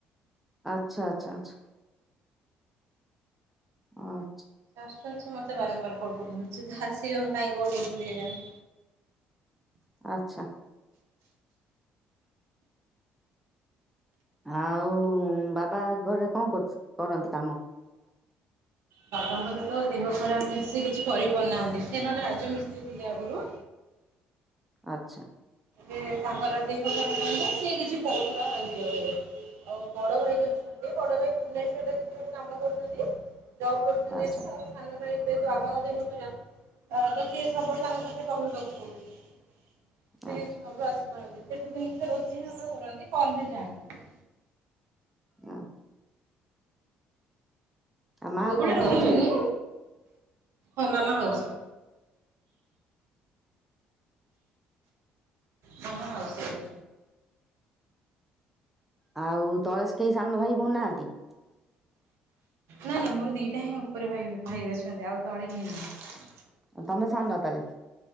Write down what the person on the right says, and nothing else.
ସେ ଆସୁଛନ୍ତି ସମ ସେ ବାରମ୍ବାର କଲ୍ କରୁଛନ୍ତି। ସେ ତ ଆସିବେ ଆଉ କାଇଁ କଲ କରୁଛନ୍ତି କେଜାଣି?
ବାବାଙ୍କର ତ ଦେହ ଖରାପ ଯେ ସେ କିଛି କରିପାରୁନାହାଁନ୍ତି। ସେ ନହେଲେ ରାଜ ମିିସ୍ତ୍ରୀ ଥିଲେ ଆଗୁରୁ।
ଏବେ ତାଙ୍କର ଦେହ ଖରାପ ପାଇଁ କା ସେ କିଛି କରୁନାହାନ୍ତି ଆଉ ଏବେ। ଆଉ ବଡ ଭାଇ ଯୋଛନ୍ତି ବଡ ଭାଇ ଭୁବନେଶ୍ୱରରେ ଯେ ଯିଏ ଗୋଟେ କାମ କରୁଛନ୍ତି। ଜବ୍ କରୁଛନ୍ତି
ଏଠି। ଆଉ ସାନ ଭାଇ ଯେହେତୁ ବାବାଙ୍କ ଦେହ ଖରାପ ତ କିଏ ସବୁବେଳେ ତାଙ୍କ ପାଖରେ ରହିବାକୁ ପଡ଼ୁଚି। ସେ
ଘରୁ ଆସି କରନ୍ତି ସେଠି ସେ ନିଜେ ରୋଷେଇ ହିଁ କରନ୍ତି କଲ୍ ରେ ଯାଆନ୍ତି।
ସବୁବେଳେ
ରହିବେନି।
ହ ମାନା ହଉଛି। ହଁ ହଉ ସେୟା।
ନା ନା ମୋର ଦିଟା ହିଁ ଉପରେ ଭାଇ ଭାଇ ଅଛନ୍ତି ଆଉ ତଳେ କେହି ନାହାନ୍ତି।